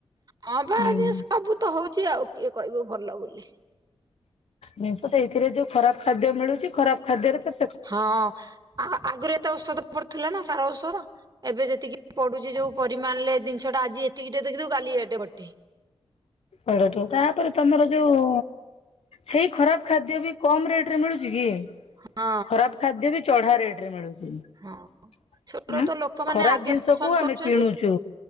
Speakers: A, on the right; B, on the left.
A: ହଁ ପା
B: ହୁଁ।
A: ଆଜି ସବୁ ତ ହଉ ଛି ଆଉ କିଏ କହିବ ଭଲ ବୋଲି।
B: ଜିନିଷ ସେଇଥିରେ ଯୋଉ ଖରାପ ଖାଦ୍ୟ ମିଳୁଛି ଖରାପ ଖାଦ୍ୟରେ ତ
A: ହଁ, ଆ ଆଗରୁ ଏତେ ଔଷଧ ପଡୁଥିଲା ନା ସାର ଔଷଧ ଏବେ ଯେତିକି ପଡୁଛି ଜ ଯୋଉ ପରିମାଣରେ ଜିନିଷଟା ଆଜି ଏତିକିଟେ ଦେଖିଥିବୁ କାଲି ଏଡେ ବଡଟେ।
B: ପରଠୁ ତାପରେ ତମର ଯୋଉ ସେଇ ଖରାପ ଖାଦ୍ୟ ବି କମ ରେଟରେ ମିଳୁଛି କି?
A: ହଁ।
B: ଖରାପ ଖାଦ୍ୟ ବି ଚଢା ରେଟରେ ମିଳୁ ଉଁ
A: ହଁ ସେଗୁଡା ତ ଲୋକମାନେ
B: ଖରାପ
A: ଆଗେ
B: ଜିନିଷ
A: ପସନ୍ଦ
B: କୁ ଆମେ
A: କରୁଛନ୍ତି।
B: କିଣୁଚୁ।